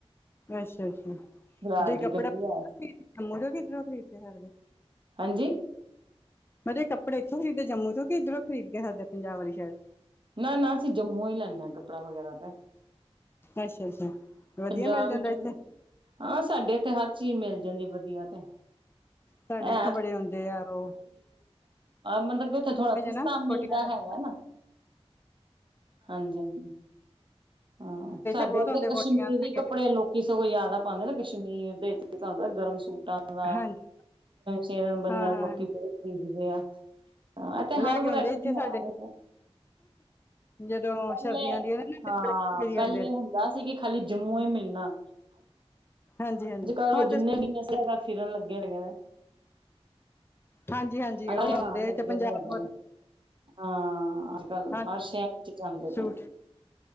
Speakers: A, on the left (about 20°); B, on the right (about 50°).
A: ਅੱਛਾ ਅੱਛਾ
B: ਰਾਤ
A: ਤੁਸੀ
B: ਦੀ
A: ਕੱਪੜਾ
B: ਗੱਡੀ ਆ
A: ਜੰਮੂ ਕਿੱਧਰੋਂ ਖਰੀਦਦੇ ਹਦੇ
B: ਹਾਂਜੀ
A: ਮੈਂਰੇ ਕੱਪੜ ਇਥੋਂ ਖਰੀਦੇ ਜੰਮੂ ਤੋਂ ਕਿੱਧਰੋਂ ਖਰੀਦ ਕੇਏ ਸਾਡਦੇ ਪੰਜਾਬ ਵਾਲੀ ਸ਼ਾਇਰ
B: ਨਾ ਨਾ ਅਸੀਂ ਜੰਮੂ ਹੀ ਲੈਂਦੇ ਹਾਂ ਕੱਪੜਾ ਵਗੈਰਾ ਤੇ
A: ਅੱਛਾ ਅੱਛਾ ਵਧੀਆ
B: ਪੰਜਾਬ
A: ਮਿਲ ਜਾਂਦਾ
B: ਵਿੱਚੋਂ
A: ਇੱਥੇ
B: ਹਾਂ ਸਾਡੇ ਇੱਥੇ ਹਰ ਚੀਜ਼ ਮਿਲ ਜਾਂਦੀ ਵਧੀਆ ਤੇ
A: ਸਾਡੇ
B: ਹੈ
A: ਇੱਥੋਂ ਬੜੇ ਆਉਂਦੇ ਆ ਓ।
B: ਮਤਲਬ ਕਿ ਉੱਥੇ ਥੋੜਾ ਸਸਤਾ
A: ਨਾ
B: ਮਿਲਦਾ
A: ਕੋਟੀਆਂ ਦਾ
B: ਹੈਗਾ ਨਾ ਹਾਂਜੀ ਹਾਂਜੀ ਹਾਂ ਸਾਡੇ
A: ਬਹੁਤ
B: ਇੱਥੇ
A: ਆਉਂਦੇ
B: ਕਸ਼ਮੀਰੀ
A: ਕੋਟੀਆਂ ਲੈ ਕੇ
B: ਕੱਪੜੇ ਲੋਕੀ ਸਗੋਂ ਜਿਆਦਾ ਪਾਉਂਦੇ ਨਾ ਕਸ਼ਮੀਰ ਦੇ ਤੁਹਾਨੂੰ ਪਤਾ ਗਰਮ ਸੂਟਾਂ ਦਾ
A: ਹਾਂਜੀ
B: ਸੇਰਨ ਬੰਦਾ
A: ਹਾਂ ਹਾਂ
B: ਲੋਕੀ
A: ਹਾਂਜੀ
B: ਬ ਭੇਜਦੇ ਆ ਹ ਤੇ
A: ਲੈ
B: ਹਰਮਰੱਖੀ
A: ਕੇ ਆਉਂਦੇ ਇੱਥੇ ਸਾਡੇ
B: ਹੈ
A: ਜਦੋਂ
B: ਪਹਿਲੇ
A: ਸਰਦੀਆਂ ਦੀਆਂ ਨੇ
B: ਹਾਂ
A: ਨਾ ਬੜੇ
B: ਪਹਿਲੇ
A: ਆਉਂਦੇ ਨੇ
B: ਹੁੰਦਾ ਸੀ ਕਿ ਖਾਲੀ ਜੰਮੂ ਹੀ ਮਿਲਣਾ।
A: ਹਾਂਜੀ ਹਾਂਜੀ
B: ਅੱਜ-ਕੱਲ
A: ਹੁਣ
B: ਓ ਜਿੰਨੇ
A: ਤੇ
B: ਵੀ ਅ ਸ ਫਿਰਨ ਲੱਗੇ ਨੇਗੇ ਕੈਂਦੇ।
A: ਹਾਂਜੀ ਹਾਂਜੀ
B: ਆਣ
A: ਉਹ ਹੁੰਦੇ
B: ਲੱਗੇ
A: ਤੇ ਪੰਜਾਬ
B: ਦੇ ਹੈਗੇ ਨੇ ਹਾਂ ਅੱਜ ਕੱਲ
A: ਹਾਂਜੀ
B: ਹਰ ਸ਼ਹਿਰ ਚ ਜਾਂਦੇ
A: ਸੂਟ
B: ਪਏ